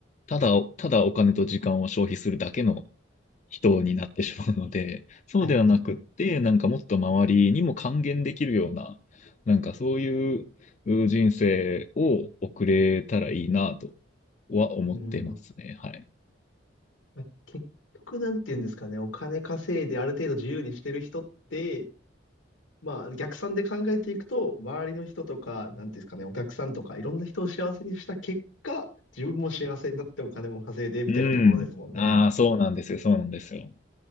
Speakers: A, on the left; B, on the left.
A: ただ、ただお金と時間を消費するだけの、人になってしまうので、<laughs> そうではなくって、
B: はいはいはい。
A: なんかもっと周りにも還元できるような、なんかそういうう人生を送れたらいいなとは思ってますね。
B: うん。
A: はい。
B: まあ結局、なんていうんですかね。お金稼いである程度自由にしてる人って、まあ、逆算で考えていくと、周りの人とか、なんていうんですかね、お客さんとか、いろんな人を幸せにした結果、自分も幸せになってお金も稼いで、みたいなところですもんね。
A: うん。ああ、そうなんですよ。そうなんですよ。